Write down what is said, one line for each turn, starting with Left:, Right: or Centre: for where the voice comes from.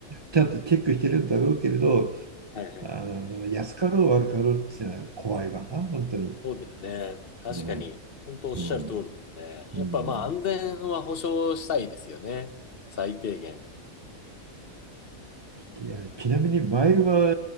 Right: ちゃんとチェックしてるんだろうけれど、
Left: はいはい。
Right: あの安かろう悪かろうっていうのは怖いわな、本当に。
Left: そうですね。確かに、
Right: うん
Left: 本当おっしゃる通りですね。
Right: うんうん
Left: やっぱまあ安全は保証したいですよね。最低限。
Right: いや、
Left: うん
Right: ちなみにマイルは、